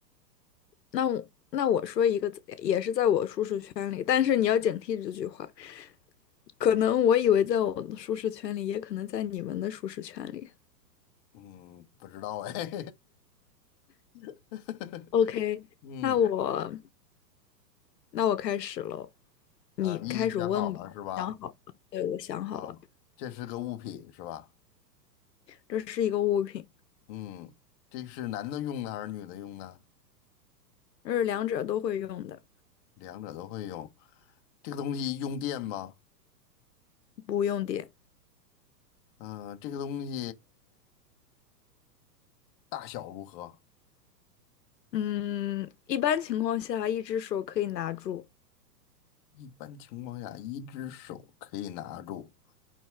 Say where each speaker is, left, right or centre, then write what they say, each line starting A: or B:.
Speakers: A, on the left (about 75°); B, on the left (about 35°).
A: 那我那我说一个，也是在我舒适圈里，但是你要警惕这句话。可能我以为在我的舒适圈里，也可能在你们的舒适圈里。
B: 嗯，不知道哎。<laughs>
A: OK，
B: 嗯，
A: 那我那我开始喽，你开始问吧。
B: 啊，你已经想好了是吧？
A: 我想好了，对，我想好了，
B: 啊，这是个物品是吧？
A: 这是一个物品，
B: 嗯，这是男的用的还是女的用的？
A: 这是两者都会用的，
B: 两者都会用。这个东西用电吗？
A: 不用点。
B: 嗯，这个东西大小如何？
A: 嗯，一般情况下，一只手可以拿住。
B: 一般情况下，一只手可以拿住。